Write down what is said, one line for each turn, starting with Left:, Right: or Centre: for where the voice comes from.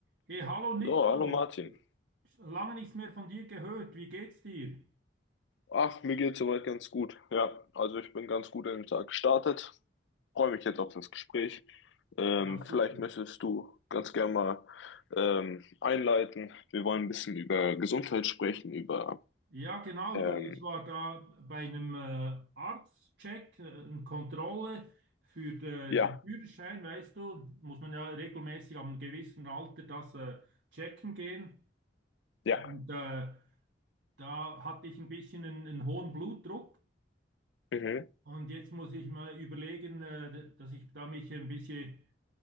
Right: Hey, hallo Nico,
Left: So, hallo Martin.
Right: lange nichts mehr von dir gehört. Wie geht's dir?
Left: Ach, mir geht's soweit ganz gut. Ja, also ich bin ganz gut in den Tag gestartet. Freue mich jetzt auf das Gespräch. Ähm,
Right: Ja, super.
Left: vielleicht möchtest du ganz gerne mal ähm, einleiten. Wir wollen ein bisschen über Gesundheit sprechen, über
Right: Ja, genau,
Left: ähm,
Right: du, ich war da bei einem äh, Arztcheck, äh, eine Kontrolle für de,
Left: ja,
Right: den Führerschein, weißt du, muss man ja regelmäßig am gewissen Alter das äh, checken gehen.
Left: ja.
Right: Und äh, da hatte ich ein bisschen einen, einen hohen Blutdruck
Left: Mhm.
Right: und jetzt muss ich mal überlegen, äh, dass ich da mich ein bisschen